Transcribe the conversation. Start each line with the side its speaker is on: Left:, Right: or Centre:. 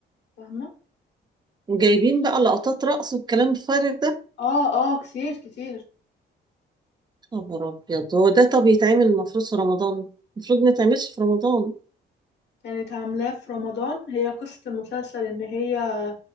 Left: فاهمة
Right: وجايبين بقى لقطات رقص والكلام الفارغ ده
Left: اه اه كتير كتير
Right: خبر ابيض هو ده طب يتعمل المفروض في رمضان المفروض ما يتعملش في رمضان
Left: كانت عاملاه في رمضان هي قصة المسلسل إن هي